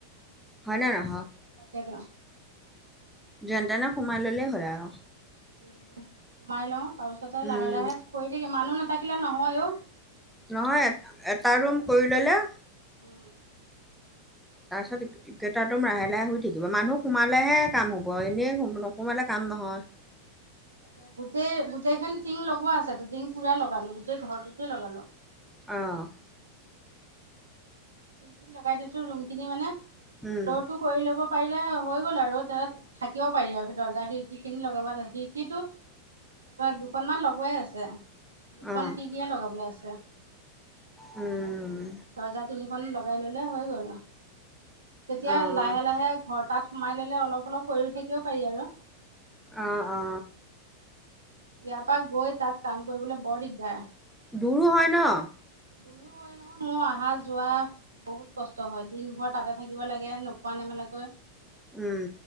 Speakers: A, in the centre; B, on the right.
A: হয় নে নহয়?
B: তাকেটো।
A: যেন তেনে সোমাই ল'লেই হ'ল আৰু।
B: উম, সোমাই লওঁ তাৰপিছতে লাহে,
A: উম
B: লাহে কৰি থাকিম, মানুহ নাথাকিলে নহয় অ'।
A: নহয়, এ-এটা ৰুম কৰি ল'লে
B: উম।
A: তাৰছত ইকেইটা ৰুম লাহে, লাহে হৈ থাকিব, মানুহ সোমালেহে কাম হ'ব, এনেই সুম নোসোমালে কাম নহয়।
B: তাকে গোটেই গোটেইখন টিং লগোৱা আছে, টিং পোৰা লগালো, গোটেই ঘৰটোতে লগালো।
A: অ'।
B: টিং চিং লগাই দিছো ৰুম খিনি মানে,
A: উম,
B: ফ্ল'ৰটো কৰি ল'ব পাৰিলে হৈ গ'ল আৰু তে থাকিব পাৰি আৰু সেই দৰ্জা খিৰিকি খিনি লগাব, খিৰিকিটো দুখনমান লগ গোৱাই আছে, দুখন
A: অ',
B: খিৰকিয়ে লগাবলে আছে।
A: উম।
B: দৰজা তিনিখন লগাই ল'লে হৈ গ'ল আও। তেতিয়া
A: অ',
B: লাহে, লাহে ঘৰ তাত সোমাই ল'লে অলপ অলপ কৰি থাকিব পাৰি আৰু।
A: অ', অ'।
B: ইয়াৰ পা গৈ তাত কাম কৰিবলৈ বৰ দিগদাৰ।
A: দূৰো হয়, ন!
B: দূৰো হয়। নহয়, মোৰ আহা যোৱা বহুত কষ্ট হয়, দিন ভৰ তাতে থাকিব লাগে নোখোৱা নেমেলাকৈ।
A: উম।